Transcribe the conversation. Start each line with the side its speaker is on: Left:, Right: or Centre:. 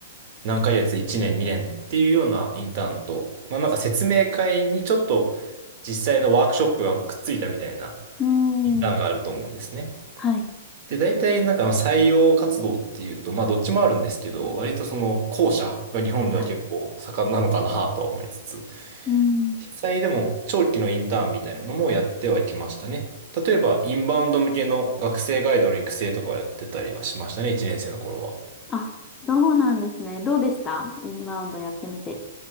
Right: 何ヶ月、1年、2年っていうようなインターンと、まあなんか説明会にちょっと実際のワークショップがくっついたみたいな
Left: うーん。
Right: インターンがあると思うんですね。
Left: はい。
Right: で、大体なんかまあ採用活動っていうと、まあどっちもあるんですけど、割とその後者が日本では結構盛んなのかなとは思いつつ、
Left: はい。うーん。
Right: 実際でも長期のインターンみたいなのもやってはきましたね。例えばインバウンド向けの学生ガイドの育成とかをやってたりはしましたね、1年生の頃は。
Left: あ、そうなんですね。どうでしたインバウンドやってみて。